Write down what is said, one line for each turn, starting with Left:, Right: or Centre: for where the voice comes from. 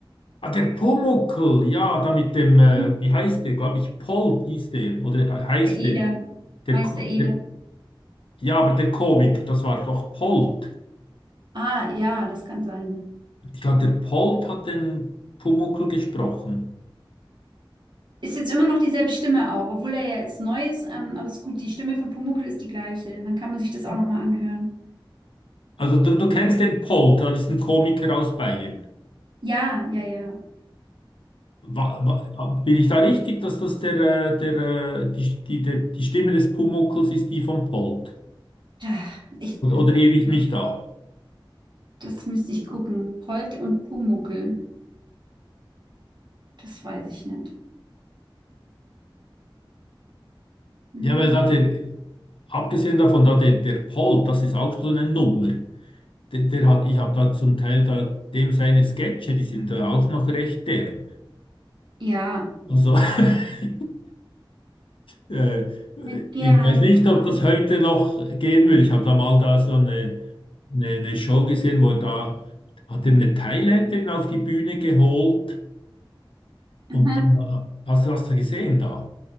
Left: Ah, der Pumuckl, ja, da mit dem, äh,
Right: <laughs>
Left: wie heißt der? Glaube ich, Polt hieß der, oder äh, heißt
Right: Meister
Left: der.
Right: Eder,
Left: Der,
Right: Meister
Left: Ko-
Right: Eder.
Left: der. Ja, aber der Komiker, das war doch Polt.
Right: Ah, ja, das kann sein.
Left: Ich glaube, der Polt hat den Pumuckl gesprochen.
Right: Ist jetzt immer noch dieselbe Stimme auch, obwohl er ja jetzt neu ist, ähm, aber ist gut, die Stimme von Pumuckl ist die gleiche. Dann kann man sich das auch nochmal anhören.
Left: Also du, du kennst den Polt, das ist ein Komiker aus Bayern.
Right: Ja, ja, ja.
Left: Wa, wa, bin ich da richtig, dass das der, äh, der, äh, die, die, der, die Stimme des Pumuckls ist die von Polt?
Right: Da, Ich,
Left: Oder, oder irre ich mich da?
Right: das müsste ich gucken. Holt und Pumuckl, das weiß ich nicht. Hm?
Left: Ja, weil da der, Abgesehen davon, da der, der Polt, das ist auch so eine Nummer. Der, der hat, ich habe da zum Teil da dem seine Sketche, die sind da auch noch recht der.
Right: Ja,
Left: Also <laughs> äh,
Right: mit Gerhard
Left: ich weiß nicht,
Right: Polt.
Left: ob das heute noch gehen will. Ich habe da mal da so eine, eine, eine Show gesehen, wo er da hat er eine Thailänderin auf die Bühne geholt und
Right: Aha.
Left: dann hast du das gesehen da?